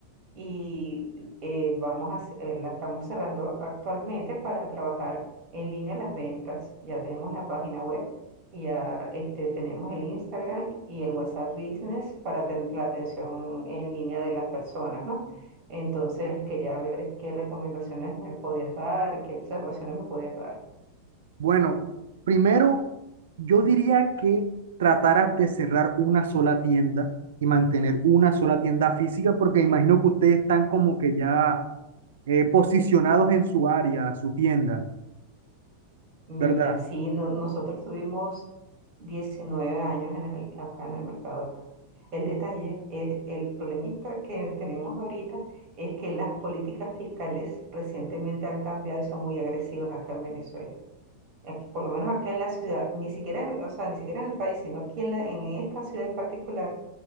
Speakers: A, on the right (about 35°); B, on the right (about 60°).
A: y eh, vamos a, ce- eh, la estamos cerrando actualmente para trabajar en línea las ventas. Ya tenemos la página web y ya este, tenemos el Instagram y el WhatsApp Business para aten- la atención en línea de las personas, ¿no? Entonces quería ver qué recomendaciones me podías dar, qué observaciones me podías dar.
B: Bueno, primero yo diría que trataras de cerrar una sola tienda y mantener una sola tienda física porque imagino que ustedes están como que ya eh, posicionados en su área, su tienda,
A: Mira,
B: ¿verdad?
A: sí, no- nosotros tuvimos 19 años en el, acá en el mercado El detalle es el problemita que tenemos ahorita es que las políticas fiscales recientemente han cambiado y son muy agresivas acá en Venezuela. Aquí- por lo menos acá en la ciudad, ni siquiera, en- o sea, ni siquiera en el país, sino aquí en, la- en esta ciudad en particular